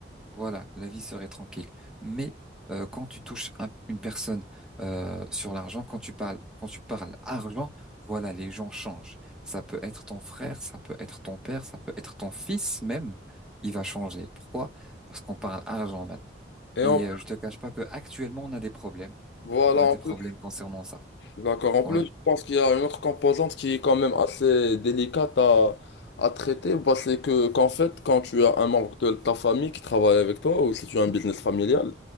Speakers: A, in the centre; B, on the left.
A: voilà, la vie serait tranquille. Mais euh, quand tu touches un- une personne euh, sur l'argent, quand tu parles, quand tu parles argent, voilà, les gens changent. Ça peut être ton frère, ça peut être ton père, ça peut être ton fils même. Il va changer. Pourquoi? Parce qu'on parle argent maintenant.
B: Et
A: Et
B: en...
A: euh, je te cache pas que actuellement, on a des problèmes.
B: Voilà,
A: On a des
B: en plus.
A: problèmes concernant ça.
B: D'accord. En
A: Ouais,
B: plus, je pense qu'il y a une autre composante qui est quand même assez délicate à, à traiter. Bah, c'est que, qu'en fait, quand tu as un membre de ta famille qui travaille avec toi ou si tu as un business familial,